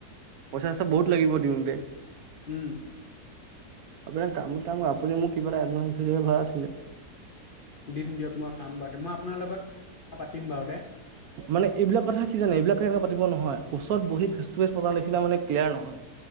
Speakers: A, on the right (about 70°); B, on the left (about 55°).
A: পইচা-চইছা বহুত লাগিব দিওঁতে,
B: উম'
A: আপোনাৰ কাম এটা আপুনি মোক কিবা এটা এডভাঞ্চ ধৰিবলৈ ভাল আছিলে।
B: দিম দিয়ক। মই চাম বাৰু দ মই আপোনাৰ লগত পাতিম বাৰু দে।
A: মানে এইবিলাক কথা কি জানে, এইবিলাক কেনেকা পাতিব নহয়। ওচৰত বহি ফেচ-টু-ফেচ পতাৰ নিচিনা মানে ক্লিয়াৰ নহয়।